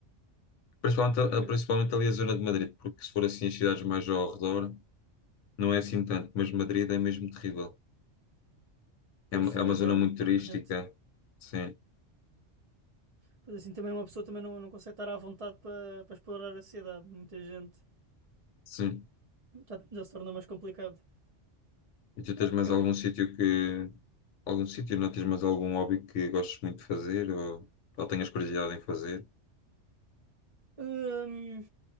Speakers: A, on the left; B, on the right.
A: principalmente, a-
B: Acre-
A: principalmente ali a zona de Madrid, porque se for assim as cidades mais ao redor, não é assim tanto, mas Madrid é mesmo terrível. É,
B: Pois
A: uma-
B: sim,
A: é uma
B: é de,
A: zona muito turística,
B: muita gente.
A: sim,
B: Pois assim, também uma pessoa também não, não consegue estar à vontade para para explorar a cidade. Muita gente.
A: sim.
B: Já, já se tornou mais complicado.
A: E tu
B: Ok.
A: tens mais algum sítio que. Algum sítio, não tens mais algum hobby que gostes muito de fazer ou, ou tenhas curiosidade em fazer?
B: Hum,